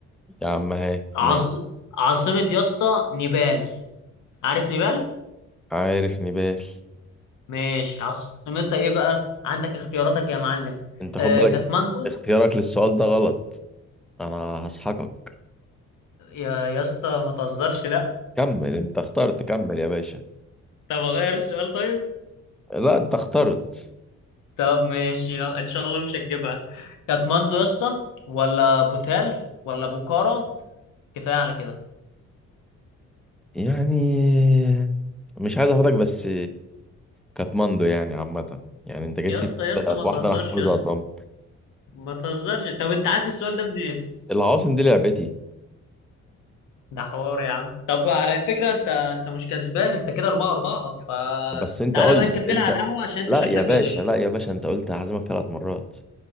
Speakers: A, in the centre; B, on the left.
A: يا عم هات
B: عاص...
A: ماشي
B: عاصمة يا اسطى نيبال عارف نيبال؟
A: عارف نبال
B: ماشي عاصمتها ايه بقى عندك اختياراتك يا معلم
A: انت خد
B: آه
A: بالك
B: كاتماندو
A: اختيارك للسؤال ده غلط انا هسحقك
B: يا يا اسطى ما تهزرش لا
A: كمل انت اخترت كمل يا باشا
B: طب اغير السؤال طيب
A: لا انت اخترت
B: طب ماشي يلا ان شاء الله مش هتجيبها كاتماندو يا اسطى ولا بوتال ولا بوكارا كفايه على كده
A: يعني مش عايز احفظك بس كاتماندو يعني عامة يعني انت جيت
B: يا اسطى
A: لي
B: يا
A: في
B: اسطى ما تهزرش
A: واحدة انا حافظها
B: يا اسطى
A: صم
B: ما تهزرش طب انت عارف السؤال ده منين
A: العواصم دي لعبتي
B: ده حوار يا عم طب على فكره انت انت مش كسبان انت كده 4 4 فتعالى
A: بس انت قلت
B: بقى نكملها
A: انت
B: على القهوه عشان انت
A: لا
B: شكلك
A: يا باشا
B: بتغش
A: لا يا باشا انت قلت هعزمك ثلاث مرات